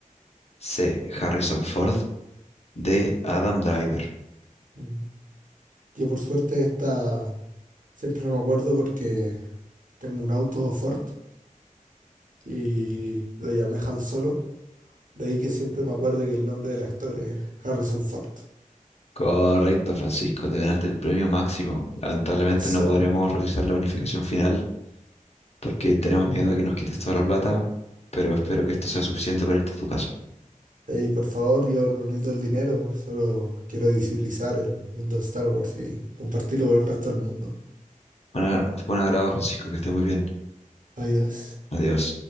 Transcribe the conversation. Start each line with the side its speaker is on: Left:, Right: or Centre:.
Left: C. Harrison Ford. D. Adam Driver.
Right: Mm. Yo por suerte esta siempre no me acuerdo porque tengo un auto Ford y lo llamé Han Solo. De ahí que siempre me acuerdo que el nombre del actor es Harrison Ford.
Left: Correcto, Francisco. Te ganaste el premio máximo. Lamentablemente
Right: Eso.
Left: no podremos realizar la unificación final porque tenemos miedo de que nos quites toda la plata, pero espero que esto sea suficiente para irte a tu casa.
Right: Ey, por favor, yo no necesito el dinero, solo quiero visibilizar el mundo de Star Wars y compartirlo con el resto del mundo.
Left: Bueno, fue un agrado, Francisco, que estés muy bien.
Right: Adiós.
Left: Adiós.